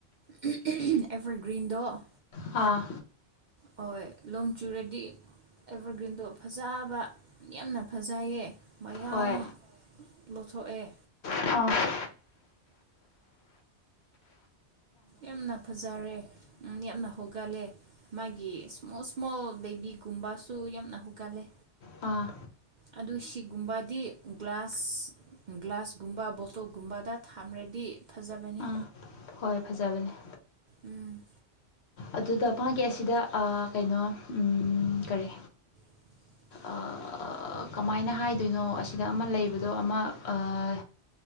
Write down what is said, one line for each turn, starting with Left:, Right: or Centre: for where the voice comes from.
Right: <unintelligible> ꯑꯦꯕꯔꯒ꯭ꯔꯤꯟꯗꯣ
Left: ꯑꯥ
Right: ꯍꯣꯏ ꯂꯣꯡ ꯆꯨꯔꯗꯤ ꯑꯦꯕꯔꯒ꯭ꯔꯤꯟꯗꯣ ꯐꯖꯕ ꯌꯥꯝꯅ ꯐꯖꯩꯌꯦ ꯃꯌꯥꯝ
Left: ꯍꯣꯏ
Right: ꯂꯧꯊꯣꯛꯑꯦ
Left: <unintelligible>
Right: ꯌꯥꯝꯅ ꯐꯖꯔꯦ ꯎꯝ ꯌꯥꯝꯅ ꯍꯣꯒꯠꯂꯦ ꯃꯥꯒꯤ ꯏꯁꯃꯣꯜ ꯏꯁꯃꯣꯜ ꯕꯦꯕꯤꯒꯨꯝꯕꯁꯨ ꯌꯥꯝꯅ ꯍꯧꯒꯜꯂꯦ
Left: ꯑꯥ
Right: ꯑꯗꯨ ꯁꯤꯒꯨꯝꯕꯗꯤ ꯒ꯭ꯂꯥꯁ ꯒ꯭ꯂꯥꯁꯒꯨꯝꯕ ꯕꯣꯇꯜꯒꯨꯝꯕꯗ ꯊꯝꯔꯗꯤ ꯐꯖꯕꯅꯤ
Left: ꯑꯥ ꯍꯣꯏ ꯐꯖꯕꯅꯦ
Right: ꯎꯝ
Left: ꯑꯗꯨꯗ ꯃꯥꯒꯤ ꯑꯁꯤꯗ ꯑꯥ ꯀꯩꯅꯣ ꯎꯝ ꯀꯔꯤ
Right: <inaudible>
Left: ꯑꯥ ꯀꯃꯥꯏꯅ ꯍꯥꯏꯗꯣꯏꯅꯣ ꯑꯁꯤꯗ ꯑꯃ ꯂꯩꯕꯗꯣ ꯑꯃ ꯑꯥ